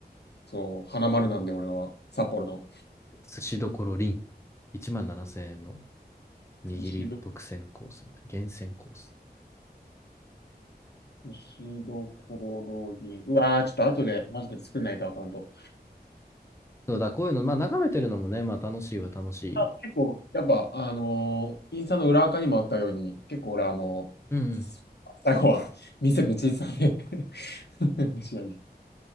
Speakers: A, on the left; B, on the left.
A: そう、花丸なんで俺は、札幌の。
B: 寿司どころりん。1万7000円の握り独占コースみたいな。
A: 寿司ど、
B: 厳選コース。
A: 寿司どころに、うわー、ちょっと後でマジで作んないとアカウント。
B: そうだ、こういうの、まあ眺めてるのもね、まあ楽しいは楽しい。
A: あ、結構、やっぱ、あのーインスタの裏垢にもあったように、結構俺、あのー
B: うんうん。
A: 最後は、<laughs> 店めっちゃ行ってたんで <laughs> 飯屋に。